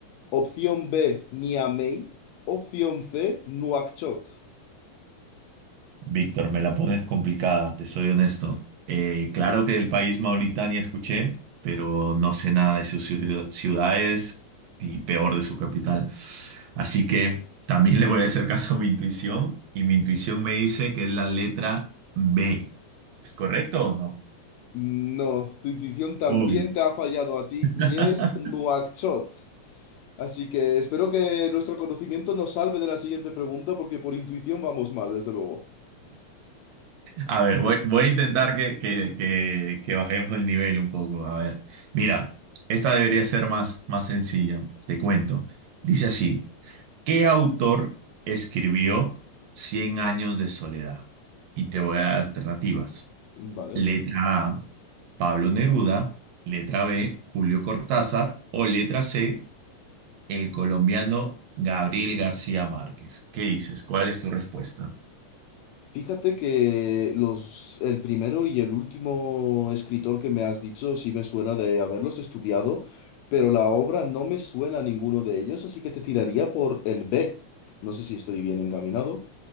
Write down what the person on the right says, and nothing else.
Víctor, me la pones complicada, te soy honesto. Eh, claro que del país Mauritania escuché, pero no sé nada de sus ciu- ciudades y peor de su capital. Así que también le voy a hacer caso a mi intuición y mi intuición me dice que es la letra B. ¿Es correcto o no?
Uy.
<laughs>
A ver, voy, voy a intentar que, que, que, que bajemos el nivel un poco. A ver, mira, esta debería ser más, más sencilla, te cuento. Dice así. ¿Qué autor escribió Cien años de soledad? Y te voy a dar alternativas.
Letra A, Pablo Neruda. Letra B, Julio Cortázar. O letra C, el colombiano Gabriel García Márquez. ¿Qué dices? ¿Cuál es tu respuesta?